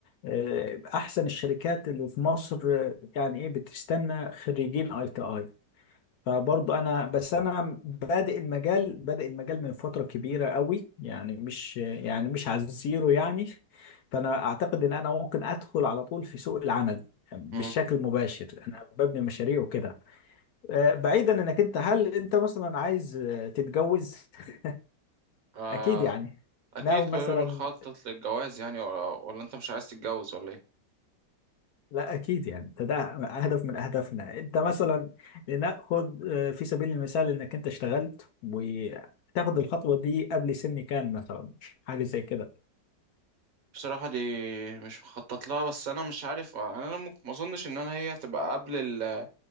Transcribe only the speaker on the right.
مم.
آه
اكيد
كلنا
بنخطط للجواز يعني ولا, ولا انت مش عايز تتجوز ولا ايه
مم.
بصراحة دي مش مخطط لها بس انا مش عارف آه، يعني انا ممكن ما اظنش ان انا هي هتبقى قبل ال